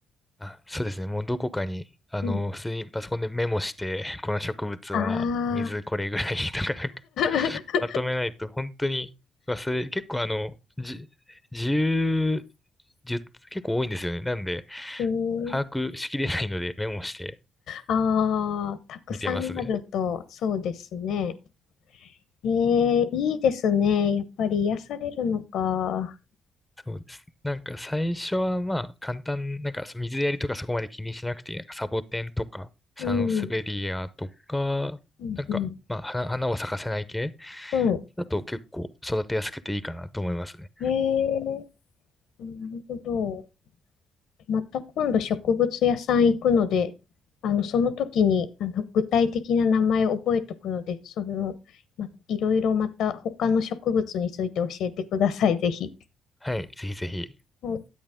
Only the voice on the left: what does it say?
うん。
ああ。<laughs>
うーん
ああ、たくさんあると、
そうですね。ええ、いいですね。やっぱり癒されるのか。
うん。うん、
うん、
う
ん。ええ、なるほど。また今度植物屋さん行くので、あの、その時に、あの、具体的な名前を覚えとくので、その、ま、いろいろまた他の植物について教えてください、ぜひ。
はい